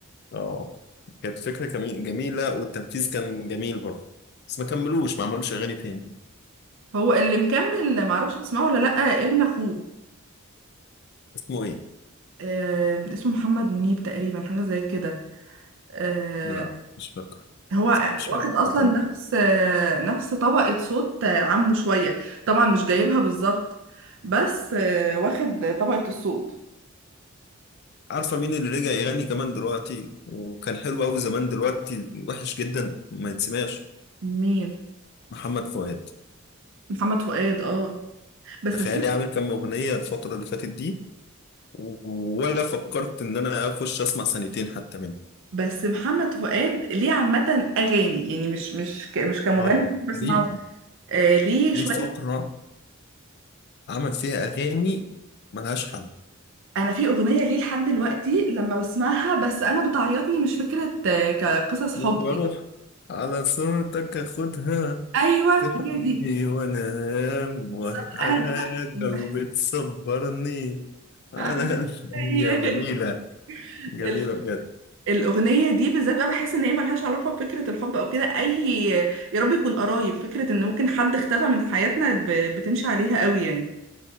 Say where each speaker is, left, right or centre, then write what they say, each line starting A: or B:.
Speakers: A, on the left; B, on the right.
A: اه كانت فكره كمي- جميله والتنفيذ كان جميل برضه بس ما كملوش ما عملوش اغاني تاني
B: هو اللي مكمل معرفش بتسمعه ولا لأ ابن أخوه
A: اسمه ايه؟
B: آه، اسمه محمد منيب تقريبا حاجة زي كده آه،
A: لا مش فاكر
B: هو
A: مش
B: واخد أصلا
A: فاكر
B: نفس آه، نفس طبقة صوت آه، عمه شوية طبعا مش جايبها بالظبط بس آه، واخد طبقة الصوت
A: عارفة مين اللي رجع يغني كمان دلوقتي وكان حلو أوي زمان دلوقتي وحش جدا ما يتسمعش
B: مين
A: محمد فؤاد
B: محمد فؤاد اه بس
A: تخيلي عامل كام أغنية الفترة اللي فاتت دي ولا فكرت إن أنا أخش أسمع سنتين حتى منه
B: بس محمد فؤاد ليه عامة أغاني يعني مش مش ك- مش كمغني
A: اه
B: بسمعه
A: حقيقي
B: آه ليه شوية
A: ليه فقرة عمل فيها أغاني ملهاش حل
B: أنا في أغنية ليه لحد دلوقتي لما بسمعها بس أنا بتعيطني مش فكرة آه كقصص حب
A: وبروح على صورتك أخدها
B: أيوه
A: تحبني
B: هي دي
A: وانا ايام
B: بالظبط
A: وهي حاجة
B: أنا دي بحس بحس
A: وبتصبرني على
B: آه،
A: الايام
B: هي.
A: جميلة
B: <laughs>
A: جميلة
B: ال-
A: بجد
B: الأغنية دي بالذات بقى بحس إن هي ملهاش علاقة بفكرة الحب أو كده أي يا رب يكون قرايب فكرة إن ممكن حد اختفى من حياتنا ب... بتمشي عليها قوي يعني